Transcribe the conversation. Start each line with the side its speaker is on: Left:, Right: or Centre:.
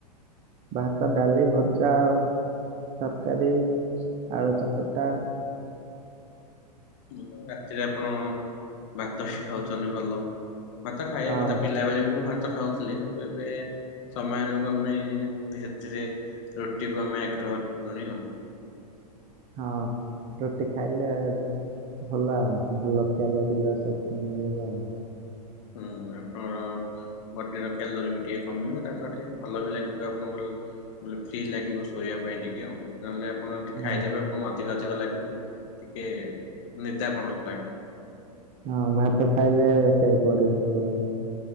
Right: ଭାତ, ଡାଲି, ଭଜା ଆଉ। ତରକାରୀ, ଆଳୁ ଚକଟା।
Left: ମୁଁ ତ ରାତିରେ ଆପଣ ଭାତ ହିଁ ଖାଉଚ଼ନ୍ତି ଭଲ। ଭାତ ଖାଇଆ
Right: ହଁ
Left: କଥା ପିଲାବେଳେ ବି ମୁଁ ଭା ଭାତ ଖାଉଥିଲେ କିନ୍ତୁ ଏବେ ସମୟାନୁକ୍ରମେ ଧୀରେ ଧୀରେ ରୁଟିକୁ ଆମେ ଆଗ୍ର ରଟ କଲଣି ଆଉ।
Right: ହଁ ରୁଟି ଖାଇଲେ। ଭଲ ଆଉ ଭଲ କ୍ୟାଲେରୀର ଶକ୍ତି ମିଳିବ ଆଉ।
Left: ହୁଁ ଆପଣଙ୍କର ବଡିର କ୍ୟାଲୋରୀ ବି ଟିକେ କମିବ ତା ସହ ଟିକେ ଭଲ ବି ଲାଗିବ ଆପଣଙ୍କୁ। ଙ୍କୁ ଫ୍ରି ଲାଗିବ ଶୋଇବା ପାଇଁ ଟିକେ ଆଉ ନହେଲେ ଆପ ଆପଣ ଯଦି ଖାଇଦେବେ
Right: ହଁ।
Left: ଆପଣଙ୍କୁ ଅଧିକ ଅଧିକ ଲାଗିବ ଟିକେ ନିଦା ପଣ ଲାଗେ।
Right: ହଁ ଭାତ ଖାଇଲେ ସେଇପରି ହିଁ ହୁଏ।